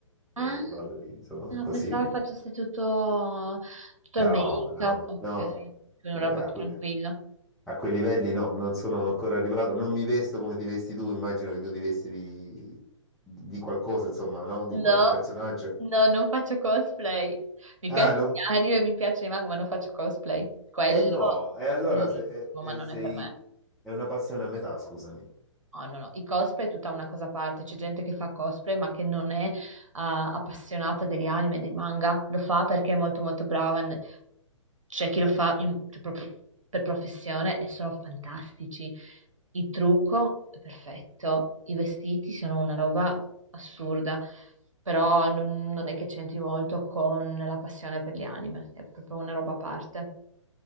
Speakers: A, on the right; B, in the centre.
A: Ah,
B: e vado lì, insomma, così.
A: pensavo facesse tutto, tutto
B: No,
A: il make-up.
B: no,
A: Ok,
B: no,
A: quindi
B: eh,
A: una roba
B: a,
A: più
B: que-
A: tranquilla.
B: a quei livelli no, non sono ancora arrivato, non mi vesto come ti vesti tu, immagino che tu ti vesti di, di qualcosa, insomma, no? Di
A: No,
B: qualche personaggio.
A: no, non faccio cosplay. Mi
B: Ah,
A: piace
B: no.
A: gli anime, mi piace i manga, ma non faccio cosplay. Quello
B: Eh no, e allora
A: è bellissimo,
B: se- eh, eh,
A: ma non
B: sei...
A: è per me.
B: è una passione a metà, scusami.
A: No, no, no, i cosplay è tutta una cosa a parte, c'è gente che fa cosplay ma che non è eh, appassionata degli anime, dei manga, lo fa perché è molto molto brava, n- c'è chi lo fa in- cioè, proprio per professione e sono fantastici, il trucco è perfetto, i vestiti sono una roba assurda, però non, non è che c'entri molto con la passione per gli anime, è proprio una roba a parte.